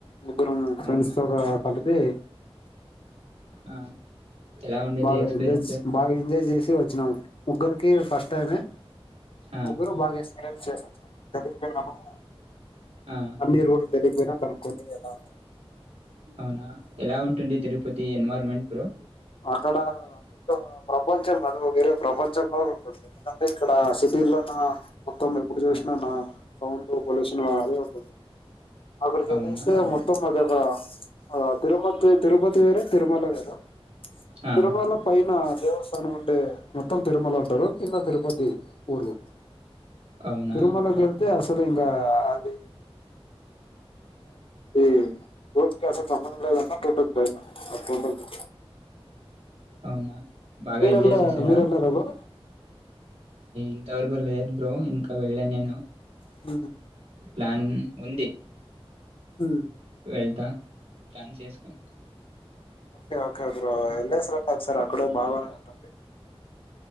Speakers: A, on the left; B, on the right.
A: ఇద్దరం ఫ్రెండ్స్
B: అవునా?
A: తో ఒక కలి పే
B: ఆ ఎలా ఉండింది
A: బాగా
B: ఎక్స్‌పీరియన్స్?
A: ఎంజ్ బాగా ఎంజాయ్ చే వచ్చినాం ముగ్గరికి ఫస్ట్ టైమే
B: ఆ!
A: ముగ్గురు బాగేస్తా చేసొచ్చ తెకుళ్ిన కూడా
B: ఆ!
A: అన్నీరు తెలికపోయినా కనుకోలే ఎలా
B: అవునా ఎలా ఉంటుంది తిరుపతి ఎన్విరాన్మెంట్ బ్రో
A: అక్కడ ఎదొ ఒక ప్రపంచం అదొ వేరే ప్రపంచం లా ఉంటుంది ఎందుకంటే ఇక్కడ సిటీల్లోన్న మొత్తం ఎప్పుడు చూసినా
B: ఆ!
A: నా సౌండ్ పొల్యూషన్ లాగే ఉంటుంది అక్కడికెళ్లేస్తే
B: అవునా?
A: మొత్తం అది ఒక ఆ తిరుమతి తిరుపతి వేరే తిరుమల వేరు
B: ఆ!
A: తిరుమల పైన దేవస్థానం అంటే మొత్తం తిరుమల అంటారు కింద తిరుపతి ఊరు
B: అవునా?
A: తిరుమలకెళ్తే
B: ఆహా!
A: అసలు ఇంక అది ఈ భూమికి అసలు సంబంధం లేదన్న ఉంటుంది పైన అట్లుంటుంది
B: అవునా బాగా
A: మీరెలార
B: ఎంజాయ్ చేశారా?
A: మీరెళ్లార బ్రో
B: ఇంతవరకు లేద్ బ్రో ఇంకా వెళ్నే,,
A: హు
B: ప్లాన్ ఉంది
A: హు
B: వెళ్తా ప్లాన్ చేసుకొని
A: ఓకే ఓకే బ్రో వెళ్లేసిరండి ఒకసారి అక్కడ బాగానే ఉంటుంది